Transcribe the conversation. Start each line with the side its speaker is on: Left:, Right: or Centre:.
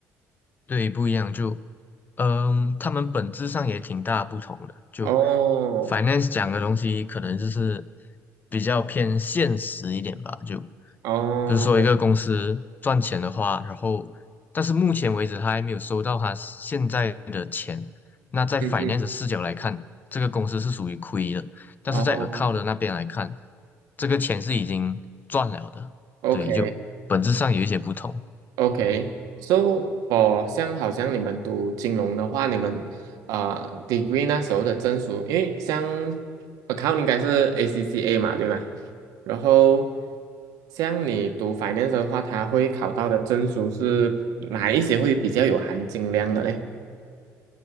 Left: 对，不一样，就嗯，他们本质上也挺大不同的。就
Right: 哦
Left: finance 讲的东西，可能就是比较偏现实一点吧。就
Right: 哦，
Left: 比如说一个公司赚钱的话，然后但是目前为止他还没有收到他现在的钱，那在
Right: 嗯嗯，
Left: finance 的视角来看，这个公司是属于亏的。但是在
Right: 哦
Left: account 的那边来看，这个钱是已经赚了的。
Right: ，OK
Left: 对，就本质上有一些不同。
Right: OK。So f 像好像你们读金融的话，你们呃 degree 那时候的证书，因为像 account 应该是 ACCA 嘛，对吗？然后像你读 finance 的话，它会考到的证书是哪一些会比较有含金量的嘞？